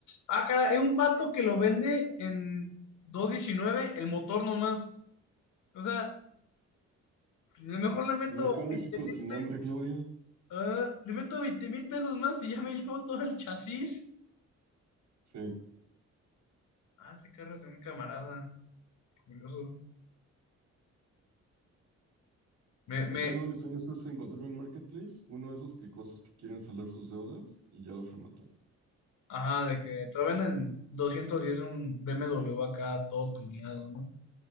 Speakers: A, on the left; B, on the right.
A: Ah, cara, hay un vato que lo vende en dos diecinueve el motor nomás. O sea, a lo mejor le meto
B: ¿No quedó en
A: 20
B: México sin hambre, Claudia?
A: Ah, le meto 20 mil pesos más y ya me <laughs> llevo todo el chasis.
B: Sí.
A: Ah, este carro es de un camarada. Curioso. Me, me,
B: Entonces, uno de mis sueños es encontrarme en Marketplace, uno de esos cricosos que quieren salar sus deudas y ya los rematan.
A: ajá, de que te lo venden 210 un BMW acá todo tuneado, ¿no?